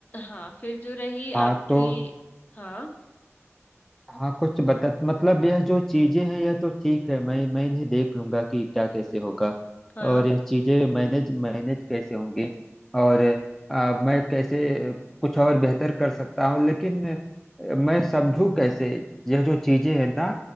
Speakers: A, on the left; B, in the centre.
A: हाँ फिर जो रही
B: हाँ
A: आपकी
B: तो
A: हाँ
B: हाँ कुछ बता मतलब यह जो चीजें हैं यह तो ठीक है मैं मैं इन्हें देख लूंगा कि क्या कैसे होगा
A: हाँ
B: और यह चीजें मैनेज मैनेज कैसे होंगी और आ, मैं कैसे कुछ और बेहतर कर सकता हूँ लेकिन अ, मैं समझू कैसे यह जो चीजें हैं ना